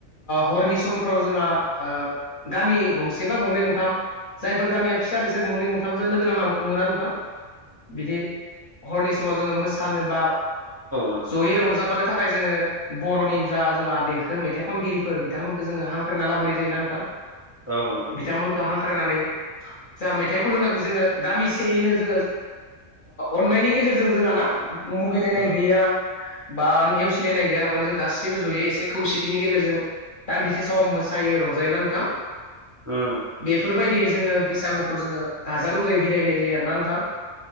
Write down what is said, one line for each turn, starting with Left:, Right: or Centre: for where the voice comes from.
Left: हरनि समफोराव जोंहा गामि गंसे बा गंनै गंसे थाम जायफोर गामिया फिसा बिसोर गंनै गंथामजों लोगो नांनाबो खुङोना नोंथां बिदि हरनि समाव जोङो मोसानोबा
Right: नंगौ
Left: जयै रंजााबानो नि थाखाय जोङो बर'नि जा जोंहा देंखो मेथाइ खनगिरिफोर बिथांमोनखौ जोङो हांख्रायना लाबोनाय जायोना नोंथां
Right: औ नंगौ
Left: बिथांमोनखौ हांख्रायनानै जों मेथाइ खनो होननानै जोङो गामिसेयैनो जोङो अन्नायनि गेजेरजों जोंहा ना मुगैलायनाय
Right: उम
Left: गैया बा नेवसिलायनाय गैयालाफानो जों गासैबो ज'यै एसे खौसेथिनि गेजेरजों दान्दिसे सम मोसायो रंजायोना नोंथां
Right: उम
Left: बेफोरबायदियै जोङो बैसागुखौ जोङो गाजा गोमजायै बिदाय होनाय जायो आरो ना नोंथां